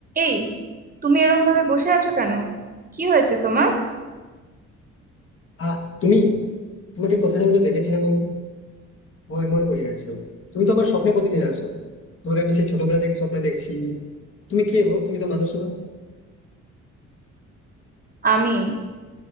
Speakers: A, on the right; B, on the left.
A: এই তুমি এরম ভাবে বসে আছো কেন কি হয়েছে তোমার
B: আ তুমি? তোমাকে কোথায় যেন একটা দেখেছিলাম আমি। ও মনে পড়ে গেছে। তুমি তো আমার স্বপ্নে প্রতিদিন আসো। তোমাকে আমি সেই ছোটবেলা থেকে স্বপ্নে দেখছি। তুমি কে গো? তুমি তো মানুষ নও।
A: আমি